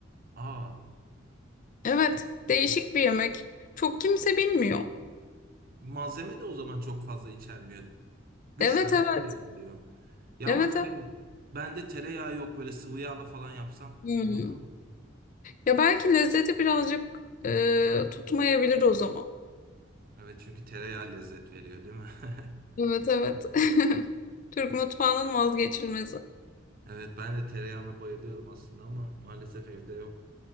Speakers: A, on the right; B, on the left.
A: Aa.
B: Evet, değişik bir yemek. Çok kimse bilmiyor.
A: Malzeme de o zaman çok fazla içermiyor. Üç
B: Evet,
A: tane
B: evet.
A: kere yapılıyor. Ya
B: Evet,
A: ama şey
B: evet.
A: bende tereyağı yok böyle sıvı yağla falan yapsam
B: Hmm.
A: olur mu?
B: Ya belki lezzeti birazcık e, tutmayabilir o zaman.
A: Evet çünkü tereyağı lezzet veriyor değil mi? <laughs>
B: Evet, evet. <laughs> Türk mutfağının vazgeçilmezi.
A: Evet ben de tereyağına bayılıyorum aslında ama maalesef evde yok.